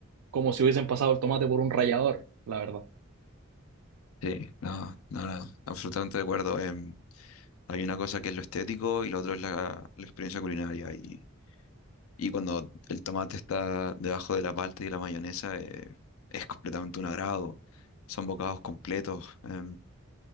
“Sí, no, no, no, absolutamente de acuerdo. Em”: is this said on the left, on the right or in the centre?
Left